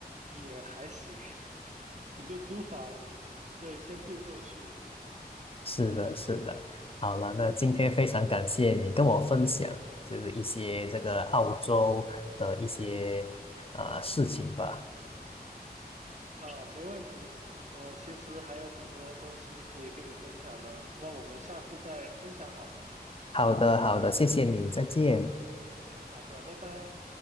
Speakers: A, on the right; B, on the left.
A: 也还行，<laughs> 你就租房，对，先度过去
B: 是的，是的。好了，那今天非常感谢你跟我分享，就是一些这个澳洲的一些呃事情吧。
A: 啊，没问题。我其实还有挺多东西可以跟你分享的，那我们下次再分享好了。
B: 好的，好的，谢谢你，再见。
A: 好的，拜拜。